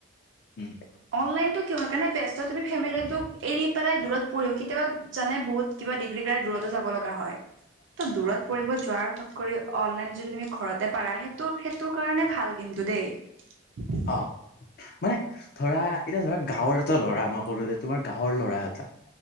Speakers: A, on the left; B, on the right.
A: উম
B: অনলাইনটো কিহৰ কাৰণে বেষ্ট হয় তুমি ফেমেলিটোক এৰি পেলাই দূৰত পঢ়িব কেতিয়াবা জানে বহুত কিবা ডিগ্ৰী কাৰনে দূৰতো যাব লগ এনেকোৱা হয় ত দূৰত পঢ়িব যোৱাত কৰি অনলাইন যদি তুমি ঘৰতে পাৰা সেইটো সেইটো কাৰণে ভাল কিন্তু দেই
A: অ মানে ধৰা এতিয়া ধৰা গাঁৱৰ এটা ল'ৰা মই কলো যে তোমাৰ গাঁৱৰ ল'ৰা এটা।